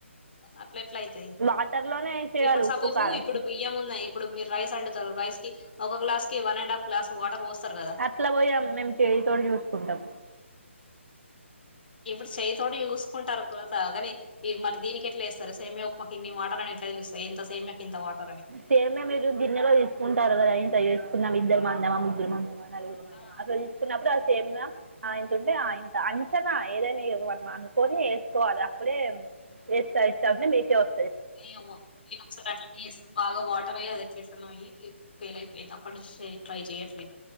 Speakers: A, on the left; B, on the right.
A: అట్లేట్లయితయ్
B: వాటర్లోనే వేసేయాలి
A: ఇప్పుడు
B: ఉప్పు
A: సపోజు
B: కారం
A: ఇప్పుడు బియ్యం ఉన్నాయి ఇప్పుడు మీరు రైస్ అండుతారు రైస్ కి ఒక గ్లా కి one and half glass water పోస్తారు కదా
B: అట్లా పోయాం మేము చేయితోటి చూసుకుంటాం
A: ఇప్పుడు చేయ్యతోటి చూసుకుంటారు కురతగాని మరి దీనికి ఎట్లా వేస్తారు సేమియా ఉప్మాకి ఇన్ని వాటర్ అని ఎట్లా తెలుస్తాయి ఇంత సేమియాకి ఇంత వాటర్ అని
B: సేమ్యా మీరు గిన్నెలో తీసుకుంటారు కదా ఇంత ఏసీ కున్నాం ఇద్దరు మందమ్మా ముగ్గురు మందమా నలుగురు మందమా
A: ఆ
B: అట్ల తీుకున్నప్పుడు మ్ ఆయంతంటే ఆయంత అంచనా ఏదైనా మనం అనుకొని వేసుకోవాలి అప్పుడే ఎస్తా ఎస్తా ఉంటే మీకే ఓస్
A: ఏమో ఒకసారి అట్లానేేస్తే బాగా వాటర్ అయ్య అది ఎట్లెట్లనో అయ్యి ఫెల్ అయిపోయింది అప్పట్నుంచి ట్రై చేయట్